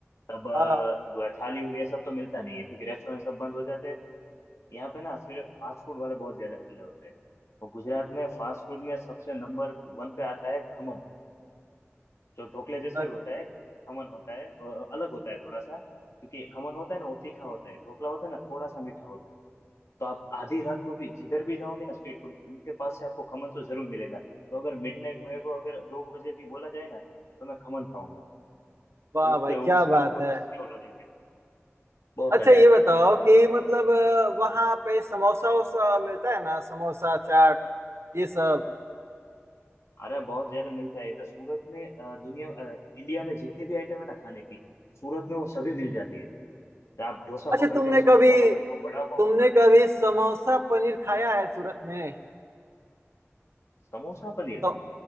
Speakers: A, on the left; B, on the right.
A: तब
B: हाँ
A: अ, थाली और ये सब तो मिलता नहीं है क्योंकि रेस्टोरेंट सब बंद हो जाते हैं यहाँ पे ना फिर फास्ट फूड वाले बहुत ज्यादा खुले होते हैं और गुजरात में फास्ट फूड में सबसे नंबर वन पे आता है खमन जो ढोकले जैसा
B: अ-
A: ही होता है खमन होता है अ, अलग होता है थोड़ा सा क्योंकि खमन होता है ना वो तीखा होता है ढोकला होता है ना थोड़ा सा मीठा होता है तो आप आधी रात को भी जिधर भी जाओगे ना स्ट्रीट फूड उनके पास से आपको खमन तो जरूर मिलेगा तो अगर मिडनाइट मेरे को अगर दो बजे भी बोला जाए ना तो मैं खमन खाऊंगा
B: वाह
A: उस
B: भाई
A: पे
B: क्या
A: उसके
B: बात
A: ऊपर
B: है
A: वो सेव लगेंगे बहुत
B: अच्छा
A: मजा
B: ये
A: आता
B: बताओ
A: है
B: कि मतलब अ, वहाँ पे समोसा वोसा मिलता है ना समोसा चाट ये सब
A: अरे बहुत ज्यादा मिलता है इधर सूरत में अ, दुनिया अ, इंडिया में जितनी भी आइटम है ना खाने की सूरत में वो सभी मिल जाती है आप डोसा
B: अच्छा
A: पकड़
B: तुमने
A: लो समोसा
B: कभी
A: पकड़ लो वड़ा पाव
B: तुमने
A: पकड़
B: कभी
A: लो
B: समोसा पनीर खाया है सूरत में
A: समोसा पनीर
B: तो